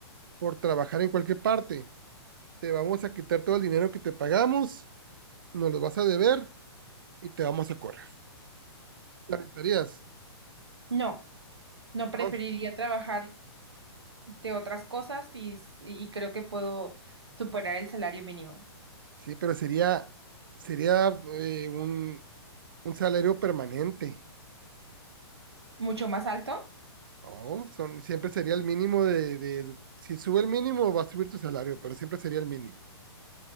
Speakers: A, on the right; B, on the right.
A: por trabajar en cualquier parte, te vamos a quitar todo el dinero que te pagamos, nos lo vas a deber y te vamos a correr. ¿Lamentarías?
B: No, no preferiría
A: ¿no?
B: trabajar de otras cosas y, y creo que puedo superar el salario mínimo.
A: Sí, pero sería, sería eh, un, un salario permanente.
B: ¿Mucho más alto?
A: No, son, siempre sería el mínimo de, de- si sube el mínimo va a subir tu salario, pero siempre sería el mínimo.